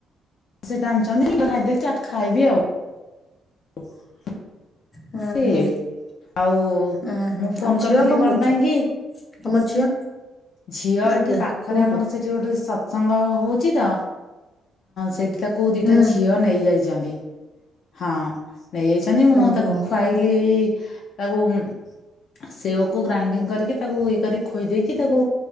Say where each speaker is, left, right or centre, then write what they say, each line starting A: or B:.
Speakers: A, on the left (about 65°); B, on the left (about 25°).
A: ସେଟା ଆଣିଛନ୍ତି ଚାଟ୍ ଖାଇବି ଆଉ। <inaudible>
B: ହୁଁ
A: ଏ
B: ହୁଁ
A: ଆଉ
B: ହୁଁ ହୁଁ
A: ମୁଁ ଫୋନ
B: ଆଉ ଝିଅ
A: କରିଥିଲି କଣ
B: କରୁଛ
A: ପାଇଁ କି
B: ତମ ଝିଅ
A: ଝିଅ
B: ଆଜ୍ଞା
A: ଏଠି ପାଖରେ
B: କୁହନ୍ତୁ
A: ଆମର ସେଠି ଗୋଟେ ଶ ସଙ୍ଗ ହଉଛି ତ ସେଇଠି ତ କଉ ଦିଟା
B: ହୁଁ
A: ଝିଅ ନେଇଯାଇ ଜନ୍ତି ହଁ। ନେଇଯାଇଛନ୍ତି ମୁଁ
B: ଓହୋ
A: ତାକୁ ଇ ତାକୁ ଉଁ ସେଓକୁ ଗ୍ରାଇଣ୍ଡିଙ୍ଗ କରିକି ତାକୁ ଇଏ କରିକି ଖୋଇଦେଇକି ତାକୁ